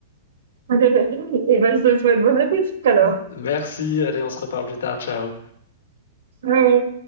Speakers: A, on the right; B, on the left.
A: <laughs> Et ben, je te souhaite bon appétit alors.
B: <laughs> Merci. Allez, on se reparle plus tard. Ciao.
A: Mmh.